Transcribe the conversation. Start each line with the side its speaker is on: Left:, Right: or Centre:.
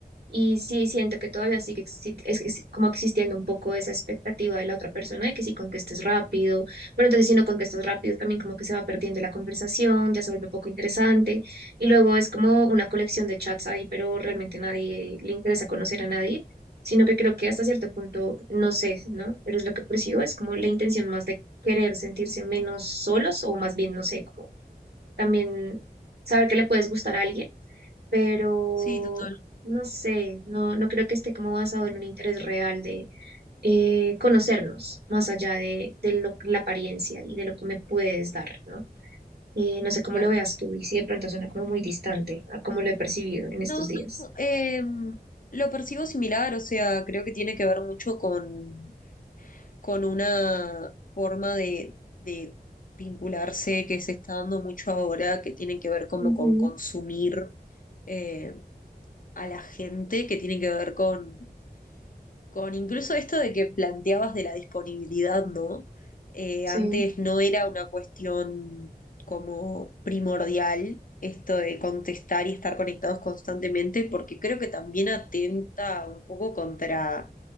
Right: y sí, siento que todavía sigue exi- es- es como existiendo un poco esa expectativa de la otra persona de que si contestes rápido, pero entonces si no contestas rápido también como que se va perdiendo la conversación, ya se vuelve poco interesante y luego es como una colección de chats ahí, pero realmente nadie le interesa conocer a nadie, sino que creo que hasta cierto punto, no sé, ¿no? Pero es lo que percibo, es como la intención más de querer sentirse menos solos o más bien, no sé, como también saber que le puedes gustar a alguien pero
Left: sí, total,
Right: no sé, no, no creo que esté como basado en un interés real de eh, conocernos, más allá de, de lo- la apariencia y de lo que me puedes dar, ¿no? Eh, no sé cómo
Left: claro.
Right: lo veas tú y si de pronto suena como muy distante a cómo lo he percibido en
Left: No,
Right: estos días.
Left: no, em, lo percibo similar, o sea, creo que tiene que ver mucho con, con una forma de, de vincularse que se está dando mucho ahora, que tiene que ver como
Right: Ujú,
Left: con consumir eh, a la gente, que tiene que ver con Con incluso esto de que planteabas de la disponibilidad, ¿no? Eh,
Right: sí,
Left: antes no era una cuestión como primordial esto de contestar y estar conectados constantemente, porque creo que también atenta un poco contra